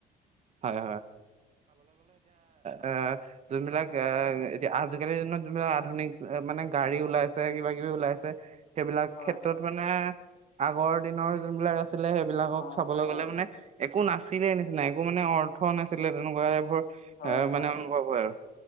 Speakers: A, on the right (about 40°); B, on the left (about 60°).
A: হয় আহ যোনবিলাক আহ এতিয়া আজিকালিৰ দিনত যোনবিলাক আধুনিক মানে গাড়ী ওলাইছে কিবা কিবি ওলাইছে সেইবিলাক
B: হয়
A: ক্ষেত্ৰত
B: হয়
A: মানে আগৰ দিনৰ যোনবিলাক আছ আছিলে সেইবিলাকক
B: অ
A: চাবলৈ
B: হয়
A: গ'লে মানে
B: হয়
A: একো নাছ ছিলে নিচিনা একো মানে অৰ্থ নাছিলে তেনেকুৱা টাইপৰ
B: হয়
A: এ মানে
B: হয়
A: অনুভৱ হয় আৰু